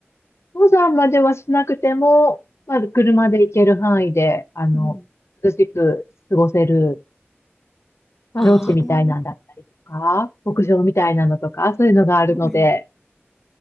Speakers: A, on the left; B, in the centre.
A: 登山まではしなくても、まあ、車で行ける範囲で、あの、
B: うんうん
A: 涼しく過ごせるまあ、
B: あ
A: ロッジみたいなんだったりとか、牧場みたいなのとか、そういうのがあるので、
B: ー